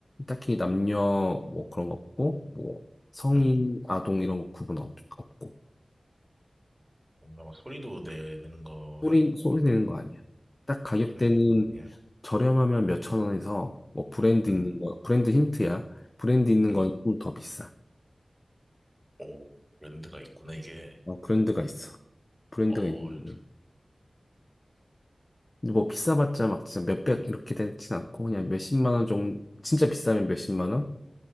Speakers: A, on the left; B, on the right.
A: 딱히 남녀 뭐 그런 거 없고 뭐 성인
B: 음,
A: 아동 이런 거 구분 없, 없고
B: 뭔가 막 소리도 내는 거야?
A: 소리 소리
B: 아니면
A: 내는 거 아니야. 딱 가격대는
B: 소리 내는 건 아니야?
A: 저렴하면 몇 천 원에서 뭐 브랜드
B: 음,
A: 있는 거 브랜드 힌트야. 브랜드 있는
B: 음,
A: 건 좀 더 비싸.
B: 오, 랜드가 있구나, 이게.
A: 어, 브랜드가 있어. 브랜드가
B: 어,
A: 있는
B: 음,
A: 거. 근데 뭐 비싸봤자 막 진짜 몇 백 이렇게 되진 않고 그냥 몇십만 원 정도 진짜 비싸면 몇십만 원?